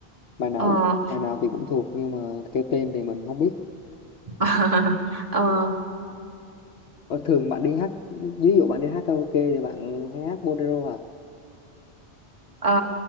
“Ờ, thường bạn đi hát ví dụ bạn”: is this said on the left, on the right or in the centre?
Left